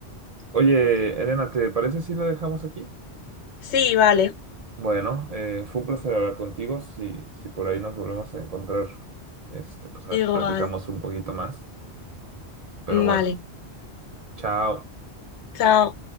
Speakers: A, on the right; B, on the left.
A: Oye, Elena, ¿te parece si la dejamos aquí?
B: Sí, vale,
A: Bueno, eh, fue un placer hablar contigo. Si, si por ahí nos volvemos a encontrar, este, pues a ver
B: igual,
A: si platicamos un poquito más. Pero
B: vale,
A: bueno, chao.
B: chao.